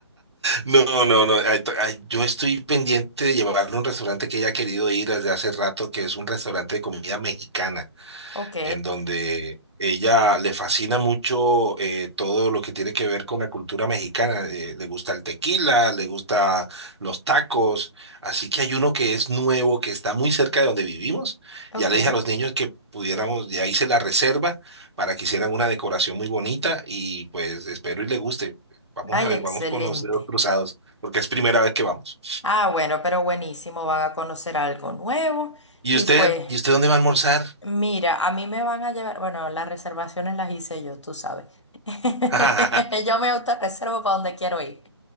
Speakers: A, on the right; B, on the left.
A: no, no, no. ay, to- ay, yo estoy pendiente de llevarle a un restaurante que ella ha querido ir desde hace rato, que es un restaurante de comida mexicana.
B: Ok,
A: en donde ella le fascina mucho eh, todo lo que tiene que ver con la cultura mexicana. eh, le gusta el tequila, le gusta los tacos. Así que hay uno que es nuevo, que está muy cerca de donde vivimos.
B: ok.
A: Ya le dije a los niños que pudiéramos, ya se la reserva para que hicieran una decoración muy bonita y pues espero y le guste. Vamos
B: Ay,
A: a ver,
B: excelente.
A: vamos con los dedos cruzados, porque es primera vez que vamos.
B: Ah, bueno, pero buenísimo, van a conocer algo nuevo.
A: ¿Y
B: Y
A: usted,
B: pues,
A: y usted dónde va a almorzar?
B: mira, a mí me van a llevar, bueno, las reservaciones las hice yo, tú sabes. <laughs>
A: <laughs>
B: Yo me autorreservo para donde quiero ir.